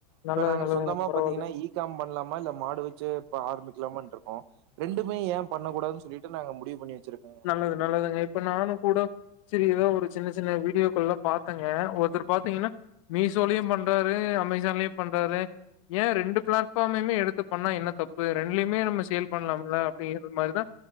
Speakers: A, on the left; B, on the right.
A: நல்லது
B: இப்ப நாங்க
A: நல்லதுங்க
B: சொந்தமா
A: பரவாயில்லைங்க
B: பத் ஈகாம் பண்லாமா இல்ல மாடு வெச்சு இப்ப ஆரம்பிக்கலாமன்ட்டுருக்கோம் ரெண்டுமே ஏன் பண்ண கூடாதுன் சொல்லிட்டு நாங்க முடிவு பண்ணி வெச்சிருக்கோம்
A: நல்லது நல்லதுங்க இப்ப நானு கூட சேரி ஏதாவ ஒரு சின்ன சின்ன வீடியோக்கள்லாம் பாத்தங்க ஒருத்தர் பாத்தீங்ன்னா மீசோலயும் பண்றாரு அமேசான்லயும் பண்றாரு ஏ ரெண்டு பிளாட்பாமையுமே எடுத்து பண்ணா என்ன தப்பு ரெண்டுலியுமே நம்ம சேல் பண்ணலாம்ல அப்டிங்கிற மாரிதா